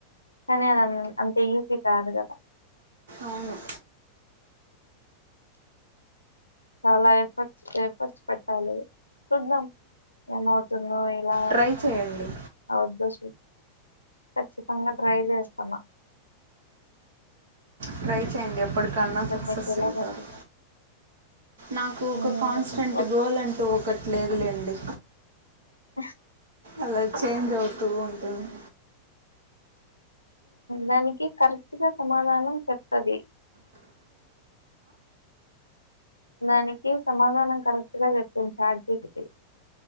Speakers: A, on the left; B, on the right.
A: కానీ అది అంత ఈజీ కాదు కదా
B: అవును
A: చాలా ఎఫర్ట్ ఎఫ్ఫోర్ట్స్ పెట్టాలి చూద్దాం ఏమవుతుందో రాదు
B: ట్రై చేయండి
A: అవుదు కచ్చితంగా ట్రై చేస్తన్నా
B: ట్రై చేయండి ఎప్పటికన్నా సక్సెస్
A: మీకు ఎలా
B: అయితారు
A: పని
B: నాకు ఒక
A: ఉమ్
B: కాన్స్టెంట్
A: ఓకే
B: గోల్ అంటూ ఒక అక్కట్లేదులేండి
A: ఆ
B: అలా చేంజ్ అవుతూ ఉంటుంది
A: దానికి కరెక్ట్గా సమాధానం చెప్తది దానికి సమాధానం కరెక్ట్ గా చెప్తుంది చాటజిపిటి